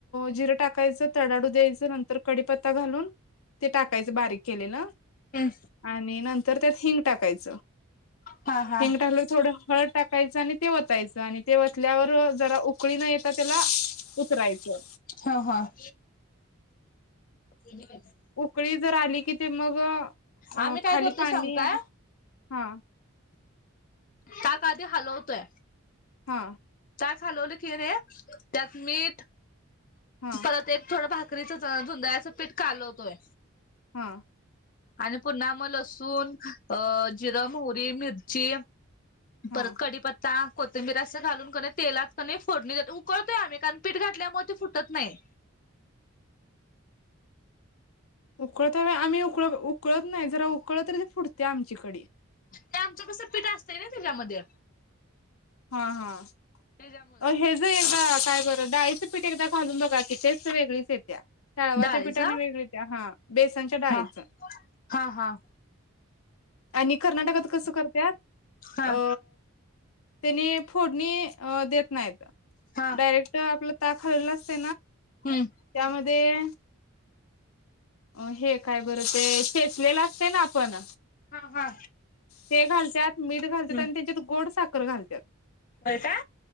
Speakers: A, on the left; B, on the left.
A: जिरं टाकायचं तडाडू द्यायचं नंतर कडीपत्ता घालून ते टाकायचं बारीक केलेलं --
B: हम्म
A: आणि नंत -- तर त्यात हिंग टाकायचं
B: हा हा
A: हिंग टाकलं थोडं हळद -- टाकायचं आणि ते वतायचं आणि -- ते वतल्यावर जरा उकळी न येता त्याला उतरायचं.
B: ह ह ते --
A: उकळी जर आली की ते मग अ
B: आम्ही
A: खाली
B: काय करतो
A: पाणी
B: सांगु
A: आणि
B: का?
A: हा
B: का का ते हलवतोय.
A: हा
B: ताक हालवलं की रे त्यात मीठ
A: हा
B: परत एक थोडं भा बकरीच जुदयाचं पीठ कालवतोय.
A: हा
B: आणि पुन्हा मग लसूण, अ जिरं, मोहोरी मिरची
A: हा
B: परत कडी पत्ता कोथिंबीर असं घालुन तेलात की नाही फोडणी देतो. उकळतोय आम्ही कारण पीठ घातल्यामुळे ते फुटत नाही.
A: उकळत आम्ही उकळत उकळत नाही. जरा उकळल तरी फुटते आमची कढी.
B: ते आमचं कस पीठ असतय ना त्याच्यामध्ये.
A: हा हा
B: त्याच्यामुळं
A: हे जे आहे ना काय बर डाळीच पीठ एकदा घालून बघा की टेस्ट वेगळीच येत्या. डाळवाच्या
B: डाळीचा
A: पिठाने वेगळी येते. हा बेसनच्या डाळीच.
B: हा हा हा
A: आणि कर्नाटकात कसं करत्यात
B: हा
A: अ त्यांनी फोडणी अ देत नाहीत.
B: हा
A: डायरेक्ट आपलं <unintelligible>
B: हम्म
A: त्यामध्ये अ हे काय बरं ते खेचलेलं असते ना आपण.
B: हा हा
A: ते घालतात मीठ घालतात
B: हम्म
A: आणि त्याच्यात गोड साखर घालत्यात.
B: होय का